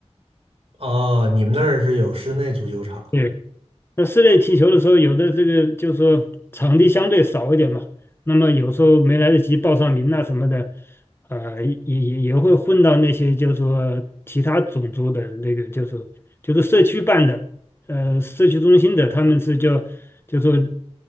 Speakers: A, on the right (about 60°); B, on the left (about 20°).
A: 哦，你们那儿是有室内足球场的
B: 对。那室内踢球的时候，有的这个就是说场地相对少一点嘛，那么有时候没来得及报上名啊什么的，呃，也也也会混到那些就是说其他种族的那个，就是就是社区办的，呃，社区中心的，他们是叫就说